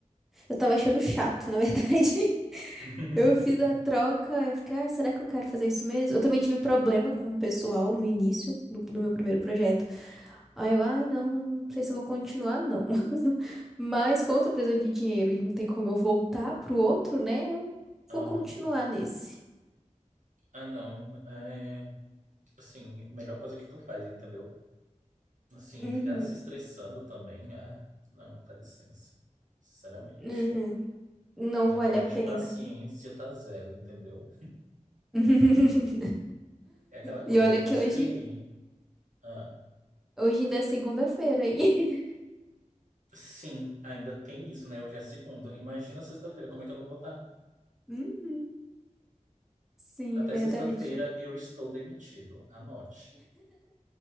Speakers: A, in the centre; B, on the right.
A: eu tava achando chato, na verdade. <laughs>
B: <laughs>
A: Eu fiz a troca, eu fiquei, ai, será que eu quero fazer isso mesmo? Eu também tive problema com o pessoal no início do, do meu primeiro projeto. Aí eu, ai, não, não sei se eu vou continuar, não. <laughs> Mas como eu tô precisando de dinheiro e não tem como eu voltar pro outro, né? Eu
B: Aham.
A: vou continuar nesse.
B: Ah, não. É, assim, melhor coisa que tu faz, entendeu? Assim,
A: Uhum,
B: ficar se estressando também, ah, não, dá licença. Sinceramente.
A: uhum. Não
B: Minha
A: vale
B: cota
A: a
B: de
A: pena.
B: paciência tá zero, entendeu?
A: <laughs>
B: É aquela coisa,
A: E olha
B: gostei.
A: que hoje,
B: Ah,
A: hoje ainda é segunda-feira aí. <laughs>
B: sim, ainda tem isso, né? Hoje é segunda. Imagina sexta-feira, como é que eu não vou estar?
A: Uhum, Sim,
B: Até
A: verdade.
B: sexta-feira eu estou demitido. Anote.